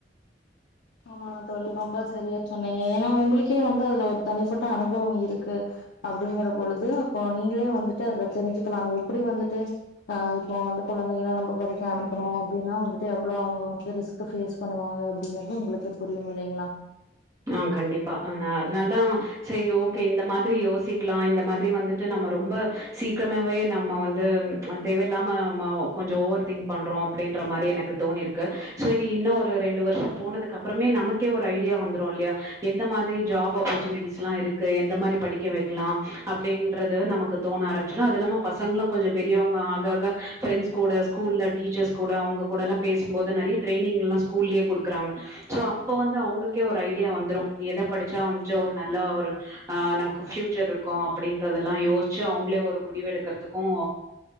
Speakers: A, on the left; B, on the right.
A: ஆமா தோழி ரொம்ப சரியா சொன் ஏன்னா உங்களுக்கே வந்து அதுல ஒரு தனிப்பட்ட அனுபவம் இருக்கு அப்படிங்கற பொழுது அப்போ நீங்களே வந்துட்டு அதுல தெரிஞ்சுக்கலாம் எப்படி வந்துட்டு இப்போ வந்து குழந்தை நம்ப படிக்க அனுப்பணும் அப்படின்னா வந்துட்டு எவ்வளவு வந்து ரிஸ்க்கஸ் பேசு பண்ணுவாங்க அப்படிங்கறது உங்களுக்கே புரியும் இல்லைங்களா
B: ஆஹ் கண்டிப்பா நா அதனால தான் சரி ஓகே இந்த மாதிரி யோசிக்கலாம் இந்த மாதிரி வந்துட்டு நம்ம ரொம்ப சீக்கிரமாவே நம்ம வந்து தேவையில்லாம கொஞ்சம் ஓவர் திங்க் பண்றோம் அப்படின்ற மாதிரி எனக்கு தோணி இருக்கு சரி இன்னும் ஒரு ரெண்டு வருஷம் போனதுக்கு அப்புறமே நமக்கே ஒரு ஐ டியே வந்துரும் இல்லையா எந்த மாதிரி ஜாப் ஆப்பர்சூனிட்டீஸ்ல இருக்கு எந்த மாதிரி படிக்க வைக்கலாம் அப்படின்றது நமக்கு தோண ஆரம்பிச்சுருவோம் அது இல்லாம பசங்களும் கொஞ்சம் பெரியவங்க ஆக ஆக ஃப்ரெண்ட்ஸ் கூட ஸ்கூல்ல டீச்சர்ஸ் கூட அவங்க கூட இல்ல பேசும்போது நிறைய ட்ரைனிங்க எல்லாம் ஸ்கூல்லையே கொடுக்கிறாங்க சோ அப்ப வந்து அவங்களுக்கு கேஒரு ஐடியா வந்துரும் எத படிச்சா வந்து ஒரு நல்ல ஒரு நமக்கு ஃபியூச்சர் இருக்கும் அப்படின்றதெல்லாம் யோசிச்சு அவங்களே ஒரு முடிவு எடுக்கிறதுக்கும்